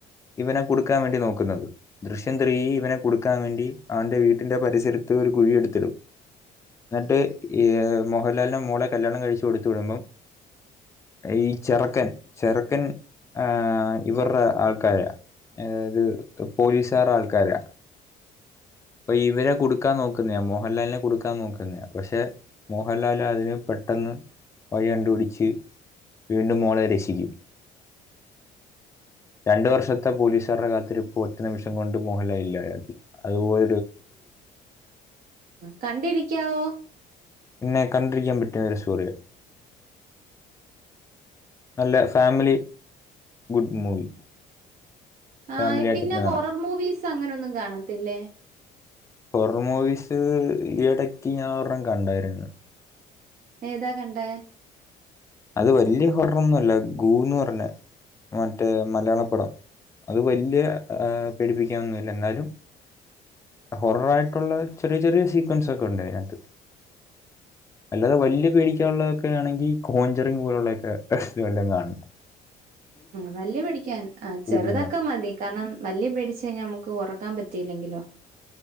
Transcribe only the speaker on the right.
കണ്ടിരിക്കാവോ.
ആ്
പിന്നെ ഹോറർ
മൂവീസ്.. അങ്ങനൊന്നും കാണത്തില്ലേ.?
ഏതാ കണ്ടേ
നല്ലല് പിടിക്കാൻ ആ
ചെറുതക്കാ മതി. കാരണം നല്ലല് പിടിച്ച കഴിഞ്ഞാൽ നമുക്ക് ഉറക്കാൻ പറ്റിയില്ലെങ്കിലോ..